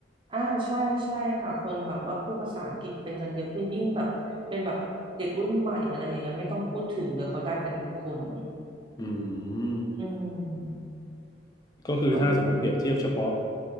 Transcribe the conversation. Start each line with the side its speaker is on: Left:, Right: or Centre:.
Right: อ่าใช่ใช่ค่ะคนแบบว่าพูดภาษาอังกฤษเป็นกันเยอะขึ้นยิ่งแบบเป็นแบบเด็กรุ่นใหม่อะไรอย่างเงี้ยไม่ต้องพูดถึงเดี๋ยวเขาได้กันทุกคน
Left: อืม
Right: อืม
Left: ก็คือถ้าสมมติเปรียบเทียบเฉพาะ
Right: ต้อง